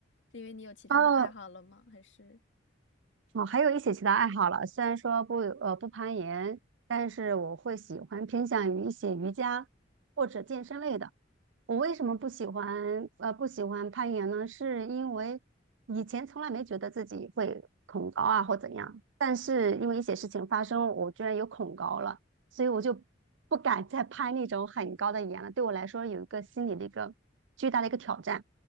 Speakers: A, on the left (about 80°); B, on the right (about 85°).
A: 是因为你有其他的爱好了吗？
B: 哦，
A: 还是？
B: 哦，还有一些其他爱好了。虽然说不呃不攀岩，但是我会喜欢偏向于一些瑜伽或者健身类的。我为什么不喜欢呃不喜欢攀岩呢？是因为以前从来没觉得自己会恐高啊或怎样，但是因为一些事情发生，我居然有恐高了，所以我就不敢再攀那种很高的岩了。对我来说有一个心理的一个巨大的一个挑战，